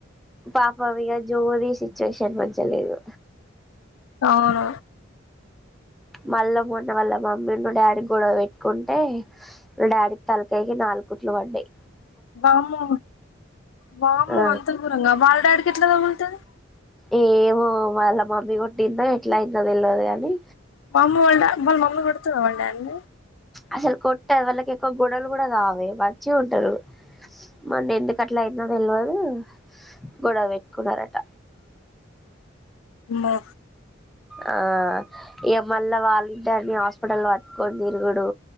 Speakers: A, in the centre; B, on the left.
A: పాపం ఇగా జోరి సిచువేషన్ మంచిగ లేదు
B: అవును
A: మల్ల మొన్న వాళ్ళ మమ్మీ ఉన్ను డాడీ గొడవ పెట్టుకుంటే వాళ్ళ డాడీకి తలకై నాలుగు కుట్లు పడ్డాయ్
B: వామ్మో వామ్మో
A: ఆ
B: అంత గోరంగా వాళ్ళ డాడికి ఎట్లా తగులుతది
A: ఏమో వాళ్ళ మమ్మీ కొట్టిందో ఎట్లా అయిందో తెలువదు కాని
B: వామ్మో వాళ్ డాడ్ వాళ్ళ మమ్మి కొడుతద వాళ్ళ డాడీ ని
A: అసలు కొట్టద్ వాళ్ళకి ఎక్కువ గోడవలు కూడా కావే మంచిగా ఉంటారు మొన్న ఎందుకు అట్ల అఇందో తెలువదు కు గోడవపెట్టుకున్నారట
B: మ్మో
A: ఆ ఇగ మళ్ళా వాళ్ళిద్దరిని హాస్పిటల్ పట్టుకోని తిరుగుడు